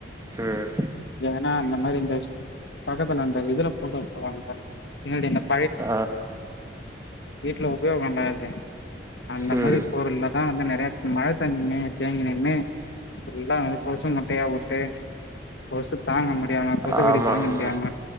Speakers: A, on the right; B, on the left.
A: ம்
B: ஏனா அந்த மாரி இந்த பக்கத்துல அந்த இதுலப் போட்டோஸ் போட்றாங்க பார்றா <unintelligible>
A: ஆ
B: வீட்ல உபயோகோ பண்றது அந்த
A: ம்
B: மாரி பொருள்ல தா வந்து நற் <unintelligible> தண்ணிய தேங்கண்ணே இப்டிலா கொசு முட்டைய உட்டு கொசு தாங்க மட் முடியாம கொசுகடி
A: ஆமா
B: தாங்க
A: ஆமா
B: முடியாம